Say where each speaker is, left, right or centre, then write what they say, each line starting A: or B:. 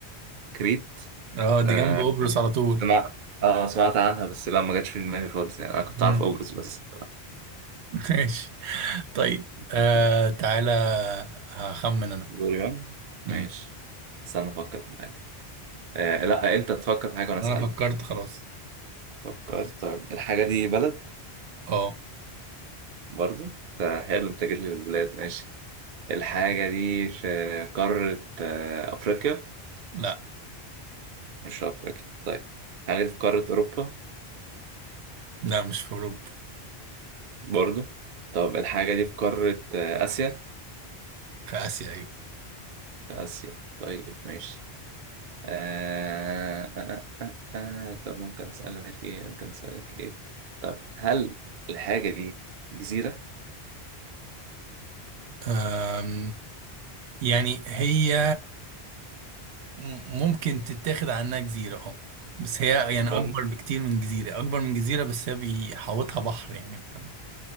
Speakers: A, on the right; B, on the right.
A: كريت
B: اه
A: آه
B: دي جنب قبرص
A: يعني
B: على طول
A: سمعت اه سمعت عنها بس لا ما جاتش في دماغي خالص يعني انا كنت
B: مم.
A: عارف قبرص بس
B: <laughs> ماشي طيب آه
A: ماشي.
B: تعالى هخمن انا
A: دوري بقى ماشي
B: مم.
A: استنى افكر في حاجه آه لا انت تفكر في حاجه وانا اسالك
B: انا فكرت خلاص
A: فكرت طيب الحاجه دي بلد
B: اه
A: برضه ده حلو انت جيت لي في البلاد ماشي الحاجه دي في قاره آه افريقيا
B: لا
A: مش أفريقيا طيب الحاجة دي في قارة أوروبا
B: لا مش في اوروبا
A: برضو طب الحاجة دي في قارة آه، آسيا
B: في اسيا ايوه
A: آسيا طيب ماشي آه... آه... آه... آه... آه، آه. طب ممكن أسألك في إيه ممكن أسألك في إيه طب هل الحاجة دي جزيرة
B: آم، يعني هي م- ممكن تتاخد عنها جزيرة اه بس هي يعني
A: ممكن
B: اكبر بكتير من جزيرة اكبر من جزيرة بس هي بيحوطها بحر يعني فاهم